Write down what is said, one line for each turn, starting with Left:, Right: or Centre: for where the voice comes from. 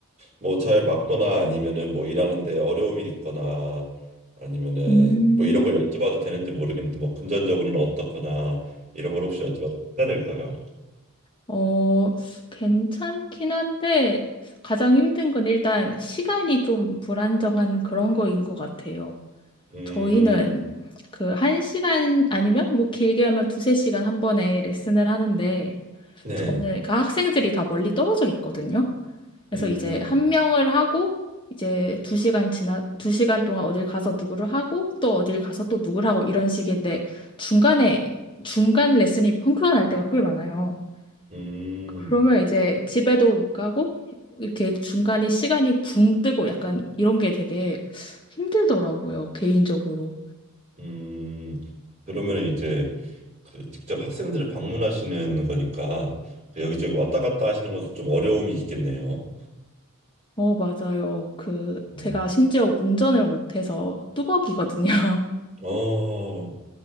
Right: 뭐 잘 맞거나 아니면은 뭐 일하는데 어려움이 있거나 아니면은
Left: 음,
Right: 뭐 이런 걸 여쭤봐도 되는지 모르겠는데 뭐 금전적으로는 어떻거나 이런 걸 혹시 여쭤봐도 괜찮을까요?
Left: 어, 괜찮긴 한데 가장 힘든 건 일단 시간이 좀 불안정한 그런 거인 것 같아요.
Right: 음,
Left: 저희는 그 한 시간 아니면 뭐 길게 하면 두세 시간 한 번에 레슨을 하는데
Right: 네.
Left: 저는 그 학생들이 다 멀리 떨어져 있거든요. 그래서
Right: 음,
Left: 이제 한 명을 하고 이제 두 시간 지나 두 시간 동안 어딜 가서 누구를 하고 또 어딜 가서 또 누구를 하고 이런 식인데 중간에 중간 레슨이 펑크가 날 때가 꽤 많아요.
Right: 음,
Left: 그러면 이제 집에도 못 가고 이렇게 중간에 시간이 붕 뜨고 약간 이런 게 되게 힘들더라고요, 개인적으로.
Right: 음. 그러면 이제 그 직접 학생들을 방문하시는 거니까 그 여기저기 왔다 갔다 하시는 것도 좀 어려움이 있겠네요.
Left: 어, 맞아요. 그
Right: 어,
Left: 제가 심지어 운전을 못해서 뚜벅이거든요.
Right: 어,